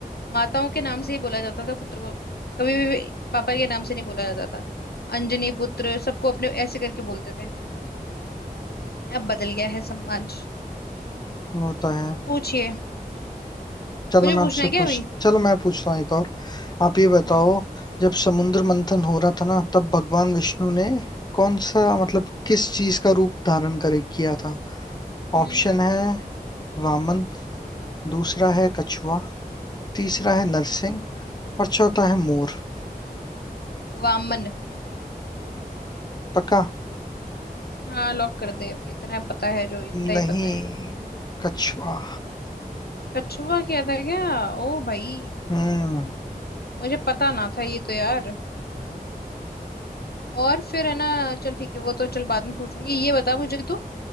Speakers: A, on the left; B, on the left.
A: माताओं के नाम से ही बोला जाता था पुत्र को कभी भी पापा के नाम से नहीं बोला जाता था अंजनी पुत्र सबको अपने ऐसे करके बोलते थे अब बदल गया है समाज
B: वो तो है
A: पूछिए
B: चलो
A: मुझे
B: मैं
A: पूछना
B: आपसे
A: है क्या
B: पूछ
A: अभी
B: चलो मैं पूछता हूँ एक और आप ये बताओ
A: हम्म
B: जब समुद्र मंथन हो रहा था ना तब भगवान विष्णु ने कौन सा मतलब किस चीज का रूप धारण करे किया था
A: हम्म
B: ऑप्शन
A: हम्म
B: है वामन दूसरा है कछुआ तीसरा
A: हम्म
B: है नरसिंह और चौथा है मोर
A: वामन
B: पक्का
A: हाँ लॉक कर दे इतना पता है जो इतना
B: नहीं
A: ही पता है
B: कछुआ
A: कछुआ क्या था क्या ओ भाई
B: हम्म
A: मुझे पता ना था ये तो यार और फिर है ना चल ठीक है वो तो चल बाद में पूछूंगी ये बता मुझे तो